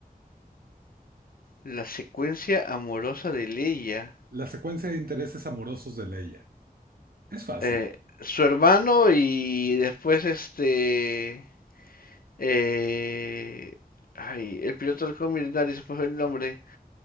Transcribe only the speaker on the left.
La secuencia amorosa de Leia.
eh, su hermano y después este... eh, ay, el piloto del Millonario, se me fue el nombre.